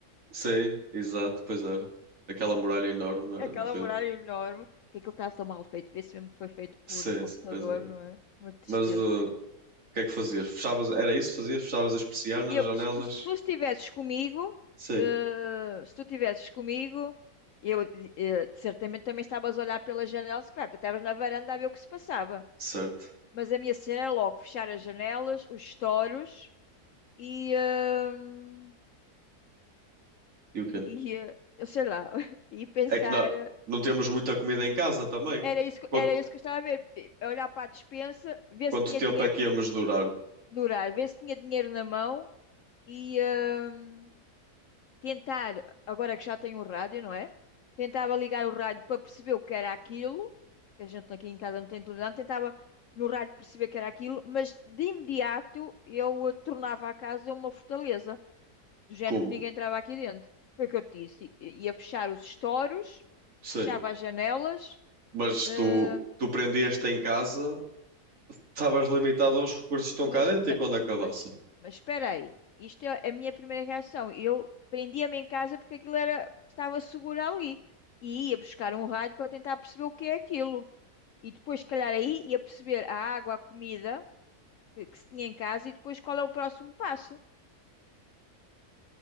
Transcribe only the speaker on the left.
<laughs>
É aquela
muralha enorme, que aquilo está tão mal feito, vê-se mesmo que foi feito
por computador,
não é? Uma tristeza.
Eu,
se tu, se tu estivesses comigo,
eh, se tu estivesses comigo, eu, eh, certamente também estavas a olhar pela janela, se calhar, até estavas na varanda a ver o que se passava.
Mas a minha cena era logo fechar as janelas, os estouros e, eh,
e eh, eu sei lá, <laughs> e pensar.
eh,
Era isso, que-
era isso que eu estava a ver. eh, Olhar para a despensa, ver
se tinha
dinheiro
durar, ver se tinha dinheiro na mão e hum, tentar, agora que já tenho um rádio, não é? Tentava ligar o rádio para perceber o que era aquilo, que a gente aqui em casa não tem televisão, tentava no rádio perceber o que era aquilo, mas de imediato eu eh, tornava a casa uma fortaleza, do género
que ninguém entrava aqui dentro. Foi o que eu te disse. I- Ia fechar os estores,
fechava as janelas,
eh,
Mas,
ma-
mas, mas, espera aí. Isto é a minha primeira reação. Eu prendia-me em casa porque aquilo era, estava seguro ali. E ia buscar um rádio para tentar perceber o que é aquilo. E depois, se calhar, aí ia perceber a água, a comida que, que se tinha em casa e depois qual é o próximo passo.